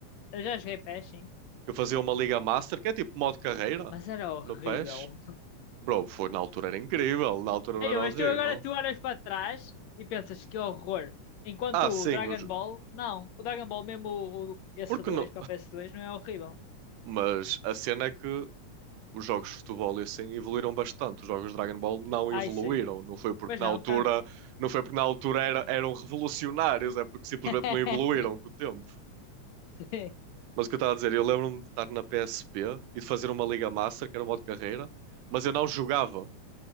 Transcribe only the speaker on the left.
Eu já joguei PES, sim.
Mas era horrível.
<laughs>
Ei,
mas
tu agora tu olhas para trás e pensas que horror. Enquanto
o Dragon
Ball, não. O Dragon Ball, mesmo o, o- esse
2
para o ps dois não é horrível.
Ai,
sim.
Pois
não,
ficaram.
<laughs>
Sim.